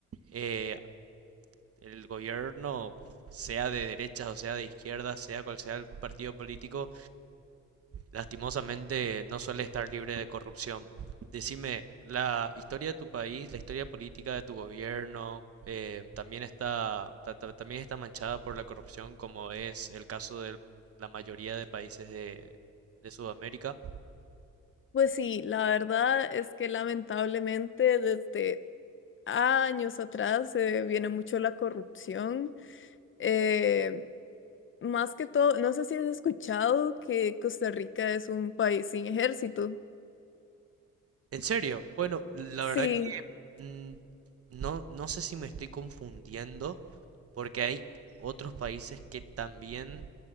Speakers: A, on the right; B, on the left.
A: eh, el gobierno, sea de derechas o sea de izquierdas, sea cual sea el partido político, lastimosamente no suele estar libre de corrupción. Decime, la historia de tu país, la historia política de tu gobierno, eh, también está, ta- ta- también está manchada por la corrupción, como es el caso de la mayoría de países de, de Sudamérica.
B: Pues sí, la verdad es que lamentablemente desde años atrás eh, viene mucho la corrupción. Eh, más que todo, no sé si has escuchado que Costa Rica es un país sin ejército.
A: En serio, bueno, la
B: Sí,
A: verdad mm, no, no sé si me estoy confundiendo, porque hay otros países que también